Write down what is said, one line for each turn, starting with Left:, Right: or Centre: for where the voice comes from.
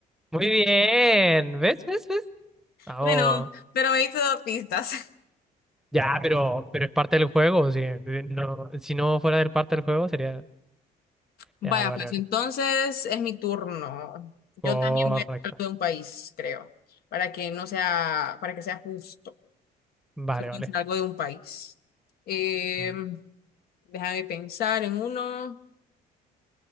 Centre: Muy bien. ¿Ves? ¿Ves? ¿Ves? Vamos.
Left: Bueno, pero me diste dos pistas. <laughs>
Centre: Ya, pero, pero es parte del juego. Si no, si no fuera del parte del juego, sería.
Left: Vaya,
Centre: Ya, vale,
Left: pues
Centre: vale.
Left: entonces es mi turno. Yo
Centre: Correcto.
Left: también voy a hablar de un país, creo, para que no sea, para que sea justo.
Centre: Vale,
Left: Se puede
Centre: vale.
Left: decir algo de un país. Eh,
Centre: Mm.
Left: déjame pensar en uno.